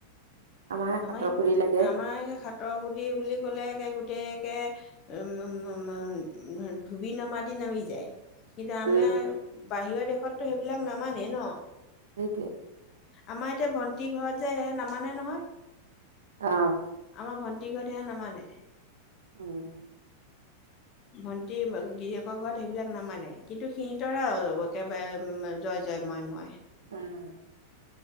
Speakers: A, on the right (about 65°); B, on the left (about 35°).
A: আমাৰহে
B: আমাৰ
A: হাতৰ খুলি লাগে
B: আমাৰ সাতৰ সুধি বুলি ক'লে গ <unintelligible> ধুবি নামা দি নামি যায় <unintelligible>
A: উম
B: বাহিৰৰ দেশতো সেইবিলাক নামানেই ন
A: সেইটোৱে
B: আমাৰ এতিয়া ভন্টি ঘৰত যে স নামানে নহয়
A: আহ
B: আমাৰ ভণ্টি ঘৰত হে নামানে
A: উম
B: ভন্টি গিৰিয়কৰ ঘৰত সেইবিলাক নামানে কিন্তু সিহঁতৰা একেবাৰেম জয় জয় মই মই
A: উম